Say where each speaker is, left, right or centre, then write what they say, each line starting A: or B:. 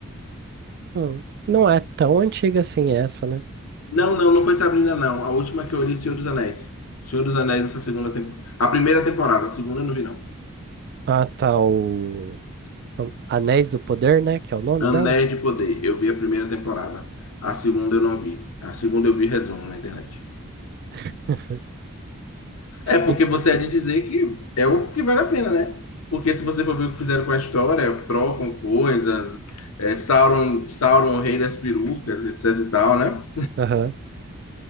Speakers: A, on the right; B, on the left.
A: Hum. Não é tão antiga assim essa, né?
B: Não, não, não foi Sabrina, não. A última que eu olhei, Senhor dos Anéis. Senhor dos Anéis, essa segunda temporada. A primeira temporada, a segunda eu não vi, não.
A: Ah, tá, o o Anéis do Poder, né? Que é o nome dela?
B: Anéis de Poder. Eu vi a primeira temporada. A segunda eu não vi. A segunda eu vi resumo na internet.
A: <laughs>
B: É porque
A: E-
B: você é de dizer que é o que vale a pena, né? Porque se você for ver o que fizeram com a história, trocam coisas, é, Sauron, Sauron, o rei das perucas, etc e tal, né?
A: Aham.